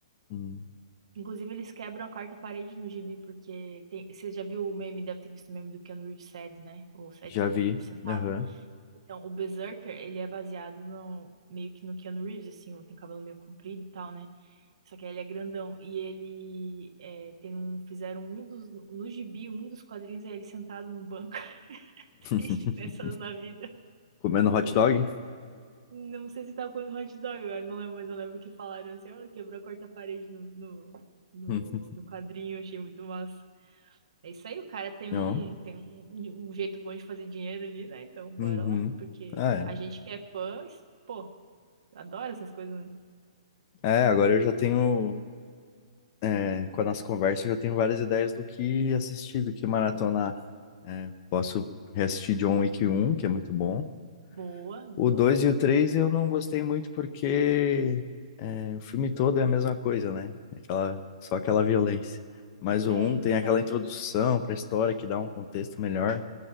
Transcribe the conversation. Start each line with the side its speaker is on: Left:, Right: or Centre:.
Left: Hum.
Right: Inclusive, eles quebram a quarta parede no gibi, porque tem... você já viu o meme, deve ter visto o meme do Keanu Reeves sad, né? O sad
Left: Já
Right: Keanu
Left: vi.
Right: Reeves sentado.
Left: Aham.
Right: Então, o Berserker, ele é baseado no, meio que no Keanu Reeves, assim, tem cabelo meio comprido e tal, né? Só que ele é grandão. E ele é, tem um. Fizeram um dos. No gibi, um dos quadrinhos é ele sentado no banco. <laughs>
Left: <laughs>
Right: Triste, pensando na vida.
Left: Comendo hot dog? <laughs>
Right: Não sei se tava comendo hot dog agora, não lembro, mas eu lembro que falaram assim, ó, quebrou a quarta parede no, no, no,
Left: Uhum.
Right: no quadrinho, achei muito massa. É isso aí, o cara tem
Left: Não.
Right: um, tem um, um jeito bom de fazer dinheiro ali, né? Então, bora
Left: Uhum.
Right: lá, porque
Left: Ah,
Right: a
Left: É.
Right: gente que é fã, es- pô, adora essas coisas, né?
Left: É, agora eu já tenho. é, com a nossa conversa, eu já tenho várias ideias do que assistir, do que maratonar. É, posso reassistir John Wick 1, que é muito bom.
Right: Boa, boa.
Left: O 2 e o 3 eu não gostei muito porque é, o filme todo é a mesma coisa, né? Aquela, só aquela violência. Mas o
Right: É
Left: um
Right: verdade.
Left: tem aquela introdução para a história que dá um contexto melhor.